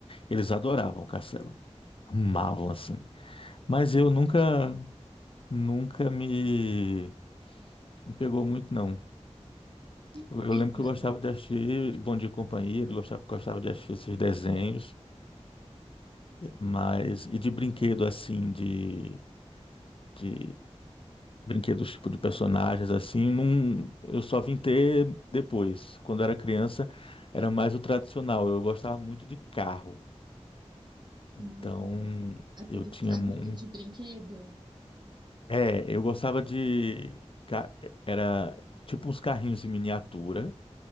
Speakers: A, on the left; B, on the right.
A: eles adoravam o Castelo, amavam assim. Mas eu nunca, nunca me, me pegou muito não.
B: Que coisa.
A: Eu eu lembro que eu gostava de assistir Bom Dia e Companhia, eu gostava, gostava de assistir esses desenhos, mas e de brinquedo assim, de, de brinquedos tipo de personagens assim, não, eu só vim ter depois. Quando eu era criança, era mais o tradicional. Eu gostava muito de carro. Então,
B: Uhum. Aqueles
A: eu tinha
B: carrinhos
A: muito.
B: de brinquedo.
A: É, eu gostava de. ca- Era tipo uns carrinhos em miniatura,